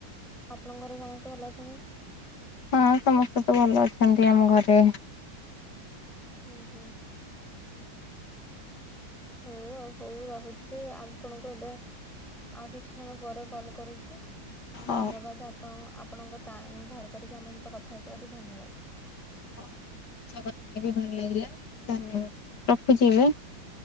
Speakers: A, in the centre; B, on the left (about 55°).
A: ଆପଣଙ୍କ ଘରେ ସମସ୍ତେ ଭଲ ଅଛନ୍ତି?
B: ହଁ ସମସ୍ତେ ତ ଭଲ ଅଛନ୍ତି ଆମ ଘରେ।
A: ହଁ ହଁ। ହଉ ଆଉ ହଉ ରହୁଛି ଆପଣଙ୍କୁ ଏବେ ଆଉ କିଛି ସମୟ ପରେ କଲ କରୁଛୁ।
B: ହଉ।
A: ଧନ୍ୟବାଦ ଆପଣ ଆପଣଙ୍କ ତା ବାହାର କରିକି ଆମ ସହିତ କଥା ହେଇଥିବାରୁ ଧନ୍ୟବାଦ।
B: <unintelligible> ଭଲ ଲାଗିଲା ଧନ୍ୟବାଦ ରଖୁଛି ଏବେ?